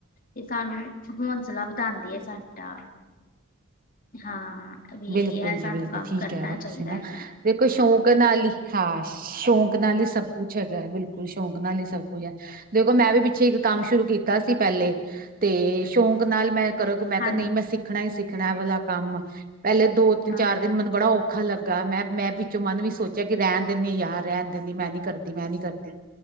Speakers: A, on the left; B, on the right.
A: ਇਹ ਸਾਨੂੰ ਹੌਸਲਾ ਵਧਾਉਂਦੀ ਹੈ ਸਾਡਾ। ਹਾਂ। ਵੀ
B: ਬਿਲਕੁਲ
A: ਇਹ
B: ਜੀ
A: ਸਾਨੂੰ
B: ਬਿਲਕੁਲ
A: ਕੰਮ
B: ਠੀਕ
A: ਕਰਨਾ
B: ਕਹਿ ਰਹੇ ਹੋ।
A: ਚਾਹੀਦਾ
B: ਤੁਸੀਂ ਹਨਾ
A: ਹੈਗਾ
B: ਦੇਖੋ ਸ਼ੌਕ ਨਾਲ ਹੀ ਹਾਂ ਸ਼ੌਕ। ਸ਼ੌਕ ਨਾਲ ਹੀ ਸਭ ਕੁਛ ਹੈਗਾ। ਬਿਲਕੁਲ ਸ਼ੌਕ ਨਾਲ ਹੀ ਸਭ ਕੁਝ ਹੈ। ਦੇਖੋ ਮੈਂ ਵੀ ਪਿੱਛੇ ਇੱਕ ਕੰਮ ਸ਼ੁਰੂ ਕੀਤਾ ਸੀ ਪਹਿਲੇ। ਤੇ ਸ਼ੌਂਕ ਨਾਲ ਮੈਂ ਘਰੋਂ ਮੈਂ ਕਿਹਾ
A: ਹਾਂਜੀ
B: ਨਹੀਂ ਮੈਂ ਸਿੱਖਣਾ ਈ ਸਿੱਖਣਾ ਇਹ ਵਾਲਾ ਕੰਮ। ਪਹਿਲੇ ਦੋ ਤਿੰਨ
A: ਹਾਂ
B: ਚਾਰ ਦਿਨ ਮੈਨੂੰ ਬੜਾ ਔਖਾ ਲੱਗਾ ਮੈਂ ਮੈਂ ਵਿੱਚੋਂ ਮਨ ਵੀ ਸੋਚਿਆ ਕਿ ਰਹਿਣ ਦਿੰਦੀ ਹਾਂ ਯਾਰ ਰਹਿਣ ਦਿੰਦੀ ਮੈਂ ਨੀ। ਕਰਦੀ <unintelligible> ਨੀ ਕਰਦੀ।